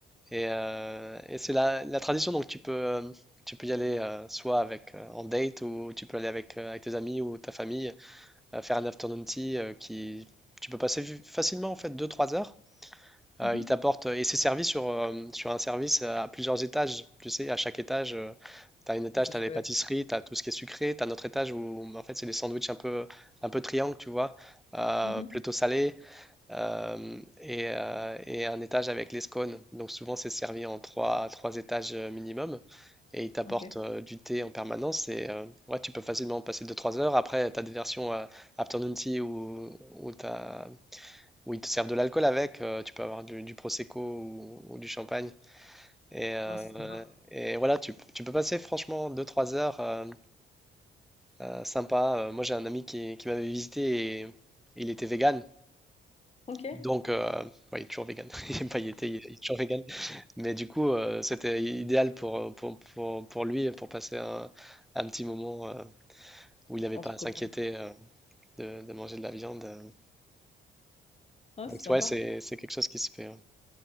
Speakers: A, in the centre; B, on the left.
A: Et, euh, et c'est la, la tradition, donc tu peux, euh, tu peux y aller euh, soit avec, euh, en date ou tu peux aller avec, euh, avec tes amis ou ta famille euh, faire un afternoon tea euh, qui tu peux passer vu- facilement en fait deux trois heures.
B: Mhm.
A: Euh, ils t'apportent et c'est servi sur, euh, sur un service euh, à plusieurs étages. Tu sais, à chaque étage, tu as un étage,
B: C'est
A: tu
B: chouette.
A: as les pâtisseries, tu as tout ce qui est sucré, tu as un autre étage où en fait c'est des sandwichs un peu, un peu triangle, tu vois, euh,
B: Mhm.
A: plutôt salé euh, et, euh, et un étage avec les scones. Donc souvent c'est servi en trois, trois étages euh, minimum et ils t'apportent
B: Ok.
A: euh, du thé en permanence et euh, ouais, tu peux facilement passer deux trois heures. Après, tu as des versions euh, afternoon tea où, où, t'as- où ils te servent de l'alcool avec, euh, tu peux avoir du, du prosecco ou, ou du champagne. Et, euh,
B: Ah, c'est sympa.
A: et voilà, tu, tu peux passer franchement deux trois heures euh, euh, sympa. Euh, moi j'ai un ami qui, qui m'avait visité et il était vegan.
B: Ok.
A: Donc, euh, ouais, il est toujours vegan. <laughs> Il aime pas, il était, il est toujours vegan. Mais du coup, euh, c'était idéal pour, euh, pour, pour, pour lui, pour passer un, un petit moment euh, où il n'avait pas
B: Entre
A: à s'inquiéter
B: copains.
A: euh, de, de manger de la viande. euh.
B: Ah,
A: Donc,
B: c'est sympa.
A: ouais, c'est, c'est quelque chose qui se fait. euh.